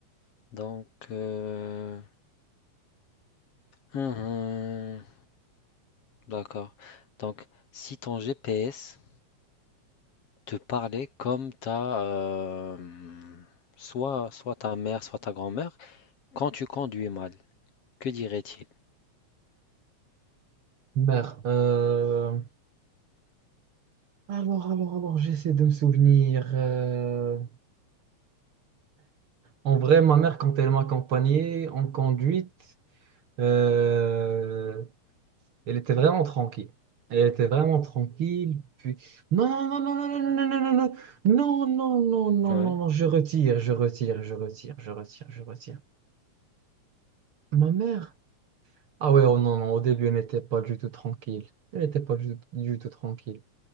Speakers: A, on the left (about 55°); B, on the right (about 50°).
A: Donc, euh, hum, hum, d'accord. Donc, si ton GPS te parlait comme ta, euh, soit, soit ta mère, soit ta grand-mère, quand tu conduis mal, que dirait-il?
B: Merde. euh, Alors, alors, alors, j'essaie de me souvenir. euh, En vrai, ma mère, quand elle m'accompagnait en conduite, euh, elle était vraiment tranquille. Elle était vraiment tranquille. Puis... Non, non, non, non, non, non, non, non, non, non, non, non, non,
A: Ouais,
B: non, non, je retire, je retire, je retire, je retire, je retire. Ma mère? Ah ouais, oh non, non, au début, elle n'était pas du tout tranquille. Elle n'était pas du, du tout tranquille.